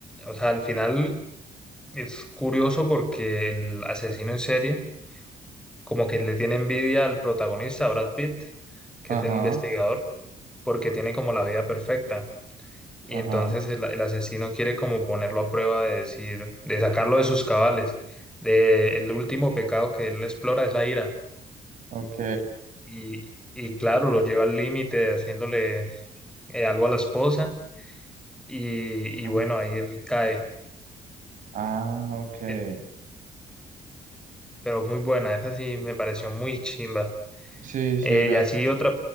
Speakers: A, in the centre; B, on the right (about 60°).
A: o sea, al final es curioso porque el asesino en serie como que le tiene envidia al protagonista, a Brad Pitt, que
B: ajá,
A: es el investigador, porque tiene como la vida perfecta. Y
B: ajá,
A: entonces el, el asesino quiere como ponerlo a prueba de decir, de sacarlo de sus cabales. De, el último pecado que él explora es la ira.
B: ok.
A: Y, y claro, lo lleva al límite haciéndole eh, algo a la esposa. Y,
B: Ah,
A: y bueno, ahí él cae.
B: ah, ok. Eh,
A: Eh, pero muy buena, esa sí me pareció muy chimba.
B: sí, sí,
A: Eh,
B: me...
A: y así otra